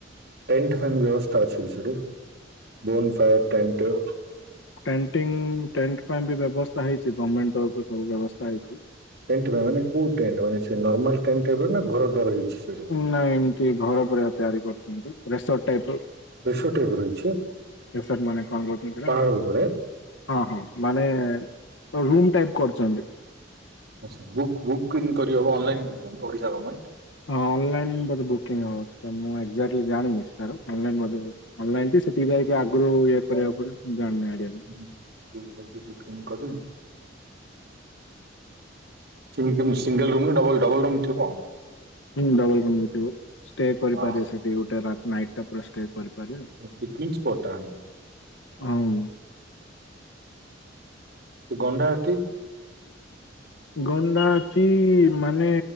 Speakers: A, on the right; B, on the left.
A: ଟେଣ୍ଟ ଫନ୍ ବ୍ୟବସ୍ଥା ଅଛି କି ସେଠ bonfire tent
B: tenting tent ପାଇଁ ବି ବ୍ୟବସ୍ଥା ହେଇଛି ଗଭର୍ଣ୍ଣମେଣ୍ଟ ତରଫରୁ ସବୁ ବ୍ୟବସ୍ଥା ହେଇଛି।
A: ଟେଣ୍ଟ ପାଇଁ ମାନେ କୋଉ ଟଣ୍ ମାନେ ସେ ନର୍ମାଲ ଟେଣ୍ଟ ଏବେ ନା ଘର ଦ୍ୱାର ହେଇଛି ସେ
B: ନା ଏମିତି ଘର ପରିକା ତିଆରି କରୁଛନ୍ତି ରେସର୍ଟ ଟାଇପ
A: ରିସୋର୍ଟ ଟାଇପ ର ହେଇଛି
B: ଏସଟ ମାନେ କଣ କହୁଛନ୍ତି
A: ପାହାଡ
B: ନା ହଁ
A: ଉପରେ
B: ହଁ ମାନେ ରୁମ ଟାଇପ କରୁଛନ୍ତି।
A: ଆଚ୍ଛା ବକ୍ ବୁ କିଙ୍ଗ କରି ହବ ଅନାଲାଇନ ବୁକିଂ ଓଡିଶା ଗଭର୍ଣମେଣ୍ଟ।
B: ହଁନ୍ଲାଇନ ବଧେ ବୁକିଙ୍ଗ ହଉ ମୁଁ ଏକ୍ଜାକ୍ଟଲି ଜଣିନି ସାଇନ ବ ଅନଲାଇନ ସେଠିକି ଯାଇକି ଆଗରୁ ଇଏ କରିବାକୁ ପଡିବ। ଜାଣିନି ଆଡ
A: <unintelligible> <unintelligible> ଛିିବି ସିଙ୍ଗଲ ରୁମ୍ ନା ଡବଲ ଡବଲ ରୁମ୍ ଥିବ
B: ହଁ ଡବଲ ରୁମୁ ଥିବ ଷ୍ଟେ କରିପାରିବେ
A: ହଁ
B: ସେଠି ଗୋଟେ ନାଇଟ। <unintelligible> ସଷ୍ଟେ କରିପାରିବ
A: ପିକନିକ ସ୍ପାଟା
B: ହଁ
A: ସେ ଗଣ୍ଡା କି
B: ଗଣ୍ଡାଟି ମାନେ